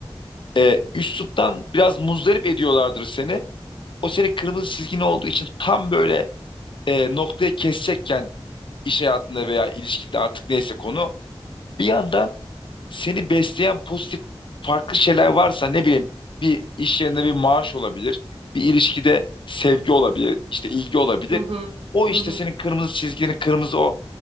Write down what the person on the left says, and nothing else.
E, üsluptan biraz muzdarip ediyorlardır seni. O senin kırmızı çizgin olduğu için tam böyle e, noktaya kesecekken iş hayatında veya ilişkide artık neyse konu. Bir anda seni besleyen pozitif farklı şeyler varsa ne bileyim bir iş yerinde bir maaş olabilir, bir ilişkide sevgi olabilir, işte ilgi olabilir.
O işte
senin kırmızı çizgini, kırmızı o